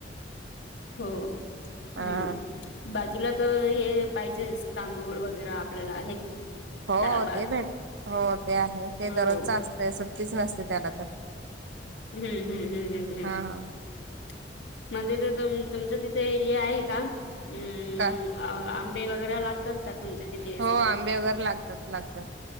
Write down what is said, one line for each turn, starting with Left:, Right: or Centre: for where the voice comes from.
Left: हो ह्
Right: अ
Left: बाजूला तर हे. पाहिजे तांदूळ वगैरे आपल्याला आहेत ना
Right: हो
Left: दाळ भात.
Right: ते भेट हो ते आहे ते
Left: हम्म
Right: दररोजच असतंय सुट्टीच नसते त्याला तर.
Left: हम्म हम्म हम्म हम्म हम्म
Right: हा.
Left: मध्ये तरु तुमच तिथे हे आहे का अम
Right: का
Left: अ आंबे वगैरे लागतात का तुमच्या तिथे
Right: हो आंबे वगैरे लागतात लागतात